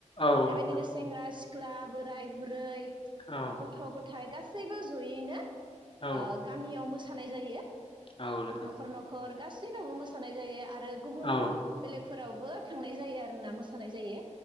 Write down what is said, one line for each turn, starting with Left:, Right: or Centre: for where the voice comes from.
Left: औ
Right: बेबायदिनो
Left: नोंथां
Right: सेंग्रा सिख ख्ला बोराय बुरै
Left: औ
Right: गथ ग थाय गासैबो जयैनो
Left: औ
Right: ओ गामियाव मोस थानाय जायो
Left: औ नोंथां
Right: नखर नखर बैनावबो मोसानाय जायो आर रो गुबुन
Left: औ
Right: बेेलेग फोरावबो थांनाय जायो आरोना मोसानाय जायो